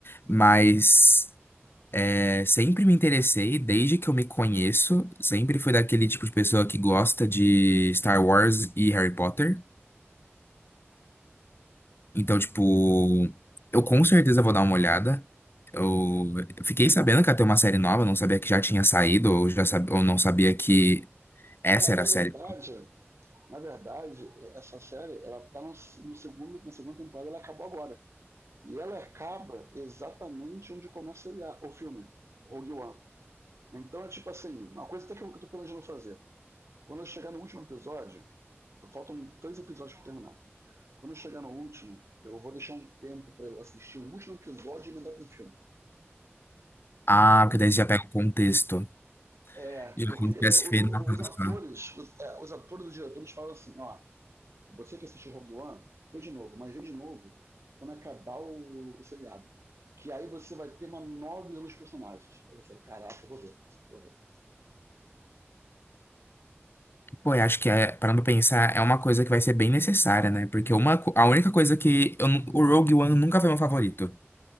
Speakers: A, on the left (about 55°); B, on the right (about 75°).
A: Mas é, sempre me interessei, desde que eu me conheço. Sempre fui daquele tipo de pessoa que gosta de Star Wars e Harry Potter. Então, tipo, eu com certeza vou dar uma olhada. Eu fiquei sabendo que ia ter uma série nova, não sabia que já tinha saído, ou, já sab... ou não sabia que essa
B: é, na
A: era a
B: verdade,
A: série.
B: na verdade, essa série, ela tá no, no segundo, na segunda temporada, ela acabou agora. E ela acaba exatamente onde começa o filme, Rogue One. Então é tipo assim, uma coisa até que eu tô planejando fazer. Quando eu chegar no último episódio, faltam três episódios para terminar. Quando eu chegar no último, eu vou deixar um tempo para eu assistir o último episódio e mandar com o filme,
A: Ah,
B: entendeu?
A: porque daí você já pega o contexto.
B: É,
A: Já
B: porque
A: como
B: o-
A: se tivesse feito
B: o-
A: na produção.
B: os atores, os, é, os atores e os diretores falam assim, ó, você que assistiu Rogue One, vê de novo, mas vê de novo quando acabar o, o seriado. Que aí você vai ter uma nova visão dos personagens. eu falei, caraca, eu vou ver, vou ver.
A: Pô, eu acho que, é, parando pra pensar, é uma coisa que vai ser bem necessária, né? Porque uma, co- a única coisa que. eu nu- o Rogue One nunca foi meu favorito.